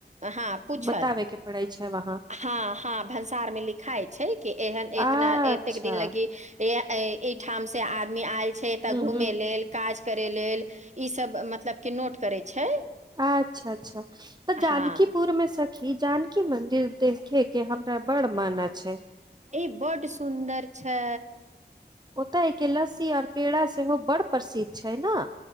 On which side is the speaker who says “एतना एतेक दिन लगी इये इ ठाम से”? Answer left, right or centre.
Right